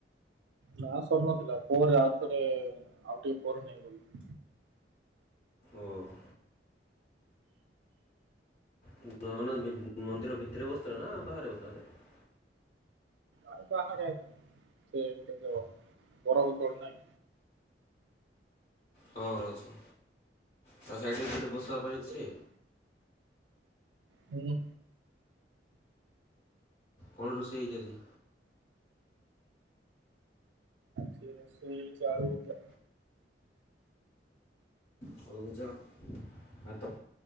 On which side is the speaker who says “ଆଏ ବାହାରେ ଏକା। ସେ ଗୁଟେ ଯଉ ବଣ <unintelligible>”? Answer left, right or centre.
Right